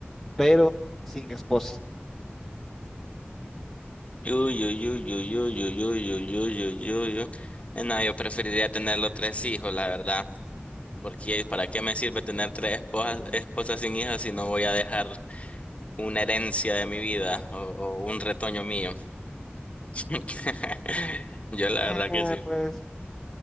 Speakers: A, in the centre; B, on the left.
A: pero sin esposa.
B: Uy, uy, uy, uy, uy, uy, uy, uy, uy, uy, uy, uy. Eh, No, yo preferiría tener los tres hijos, la verdad, porque ¿para qué me sirve tener tres esposas, esposas sin hijos si no voy a dejar una herencia de mi vida o o un retoño mío? <laughs> Yo la
A: Eh,
B: verdad que sí.
A: pues